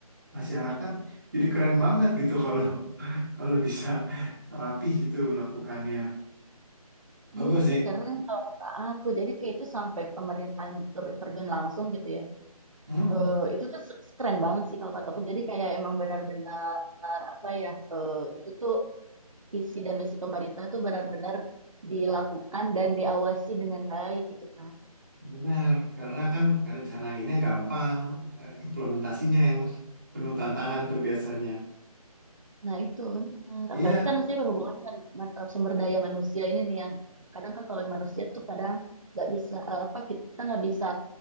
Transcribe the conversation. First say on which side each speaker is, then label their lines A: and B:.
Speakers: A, on the right; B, on the right.
A: masyarakat jadi keren banget gitu kalau <laughs> kalau bisa rapih gitu lakukannya. Bagus
B: Iya
A: sih.
B: sih keren kalau kata aku. Jadi kayak itu sampai pemerintahnya ter- terjun langsung gitu ya.
A: Hmm,
B: Eh, itu tuh se- keren banget sih kalau kata aku. Jadi kayak emang benar-benar apa ya? eh, itu tuh isi dan misi pemerintah tuh benar-benar dilakukan dan diawasi dengan baik gitu kan.
A: benar. Karena kan ngerencanainnya gampang, eh, implementasinya yang penuh tantangan tuh biasanya.
B: Nah, itu benar.
A: Iya.
B: Apalagi kan maksudnya berhubungan dengan man- eh, sumber daya manusia ini nih yang kadang kan kalau manusia tuh kadang nggak bisa eh, apa kita nggak bisa